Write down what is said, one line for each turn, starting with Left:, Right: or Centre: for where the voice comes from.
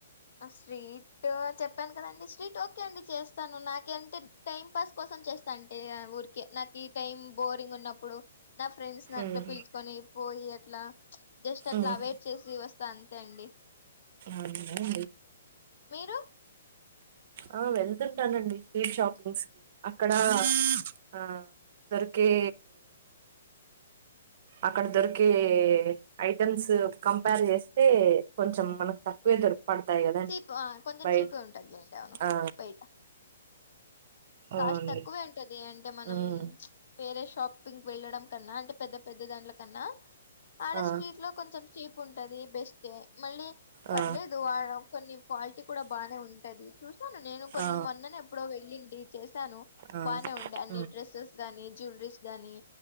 Left: స్ట్రీట్ చెప్పాను కదండి స్ట్రీట్ ఓకే అండి చేస్తాను నాక అంటే టైం పాస్ కోసం చేస్తాం ఏ ఊరికే నాకు ఈ టైం బోరింగ్ ఉన్నప్పుడు నా ఫ్రెండ్స్ని అట్లా
Right: ఉమ్
Left: పిలుచుకొని పోయి అట్లా జస్ట్ అట్లా
Right: ఉమ్
Left: వెయిట్ చేసి వస్తే తంతే అండి
Right: అందడి
Left: మీరు
Right: ఆ వెళ్తుంటానండి స్ట్రీట్ షాపింగ్స్ కి అక్కడ ఆ దొరికే అక్కడ దొరికే ఐటమ్స్ కంపేర్ చేస్తే కొంచెం మనకు తక్కువే దొరు పడతాయి కద
Left: చీప్ కొంచెం
Right: బై
Left: చీపే ఉంటదిలేండి అవును
Right: ఆ
Left: బయట కాస్ట్
Right: అవునండి
Left: తక్కువే ఉంటది అంటే మనం
Right: ఉమ్
Left: చ్ వేరే షాపింగ్ వెళ్ళడం కన్నా అంటే పెద్ద పెద్ద దాంట్ల కన్నా ఆడ
Right: ఆ
Left: స్ట్రీట్ లో కొంచెం చీప్ ఉంటది బెస్టే మళ్ళీ పర్లేదు
Right: ఆ
Left: ఆడ కొన్ని క్వాలిటీ కూడా బానే ఉంటది. చూశాను నేను కొన్ని
Right: ఆ
Left: మొన్ననే ఎప్పుడో వెల్లింటి చేశాను
Right: ఆ
Left: బానే ఉండే అన్ని
Right: ఉమ్
Left: డ్రెస్సెస్ గాని, జ్యువలరీస్ గాని